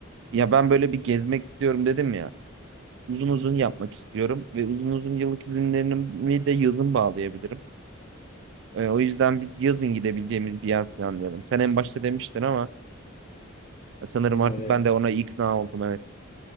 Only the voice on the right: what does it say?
ya ben böyle bir gezmek istiyorum dedim ya. Uzun
uzun yapmak istiyorum ve uzun uzun yıllık izinlerimi de yazın bağlayabilirim. Ee, o yüzden biz yazın gidebileceğimiz bir yer planlayalım. Sen en başta demiştin ama sanırım
artık
ben de ona ikna oldum. Evet.